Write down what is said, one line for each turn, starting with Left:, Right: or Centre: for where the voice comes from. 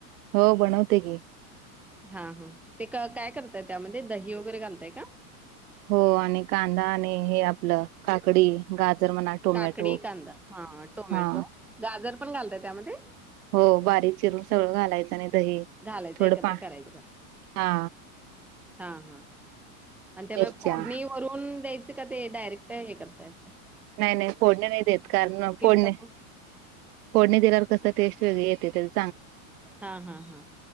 Right: हो, बनवते की
Centre: हा हा ते काय करताय, त्यामध्ये दही वगैरे घालताय का?
Right: हो आणि कांदा आणि हे आपलं काकडी, गाजर म्हणा टोमॅटो
Centre: काकडी, कांदा, हा टोमॅटो,
Right: हा
Centre: गाजर पण घालतय त्यामध्ये?
Right: हो बारीक चिरून सगळं घालायचं, आणि दही
Centre: घालायचं
Right: थोडं
Centre: एकत्र
Right: पा
Centre: करायचं
Right: हा
Centre: हा हा आणि त्यामधे
Right: मिरच्या
Centre: फोडणी करून द्यायचं का? ते डायरेक्ट हे करताय आता
Right: नाही नाही फोडणी नाय देत कारण फोडणी
Centre: टाकून
Right: फोडणी दिल्यावर कसं टेस्ट वेगळी येत्या तेच
Centre: हा हा हा